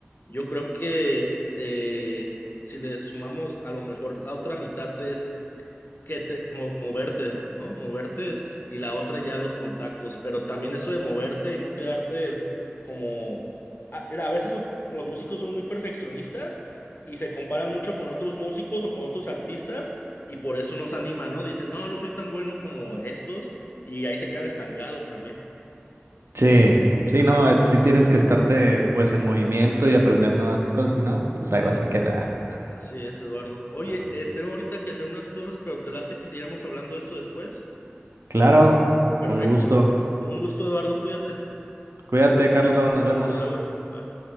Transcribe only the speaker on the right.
Sí, sí,
no, eh, sí tienes que estarte pues en movimiento y aprender nuevas cosas, si no, pues ahí vas a quedar.
Pero bueno,
Claro,
con gusto.
Cuídate, Carlos, nos vemos.